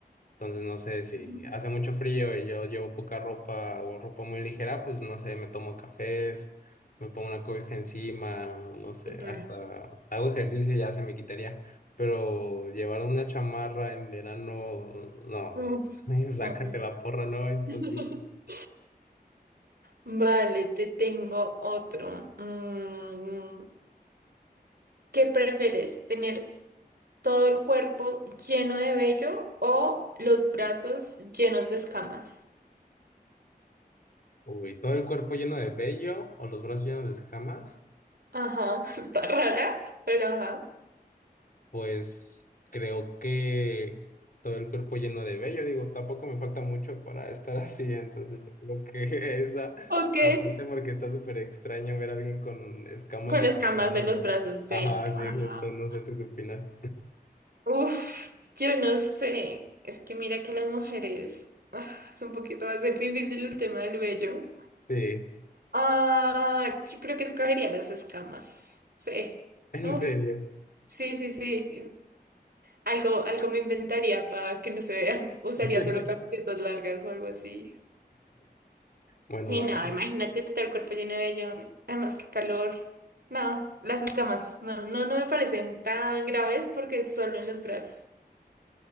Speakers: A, on the left; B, on the right.
A: Entonces no sé si
B: Ujú,
A: hace mucho frío y yo llevo poca ropa o ropa muy ligera, pues no sé, me tomo cafés, me pongo una cobija encima, o no sé,
B: Total.
A: hasta hago ejercicio y ya se me quitaría. Pero llevar una chamarra en verano, no,
B: Mm,
A: no, <laughs> no, sácate
B: horrible.
A: la porra, no, imposible.
B: <laughs> Vale, te tengo otro. Mm, ¿qué prefieres? ¿Tener todo el cuerpo lleno de vello o los brazos llenos de escamas.
A: Uy, todo el cuerpo lleno de vello o los brazos llenos de escamas.
B: Ajá, <laughs> está rara, pero ajá.
A: pues creo que todo el cuerpo lleno de vello, digo, tampoco me falta mucho para estar <laughs> así, entonces yo creo que <laughs> esa
B: Ok.
A: la parte porque está súper extraño ver a alguien con escamas
B: Con
A: en
B: escamas
A: los brazos.
B: de los brazos
A: Ajá,
B: de...
A: sí,
B: Ah,
A: justo, no sé tú qué opinas.
B: Uf, yo no sé. Es que mira que las mujeres... ah, es un poquito, va a ser difícil el tema del vello.
A: Sí,
B: Ah, yo creo que escogería las escamas. Sí.
A: en
B: Uf,
A: serio.
B: sí, sí, sí. Algo, algo me inventaría para que no se vean. Usaría
A: <laughs>
B: solo camisetas largas o algo así.
A: Bueno,
B: Sí,
A: ah,
B: no, imagínate todo el cuerpo lleno de vellón. Además, qué calor. No, las escamas. No, no, no me parecen tan graves porque es solo en los brazos.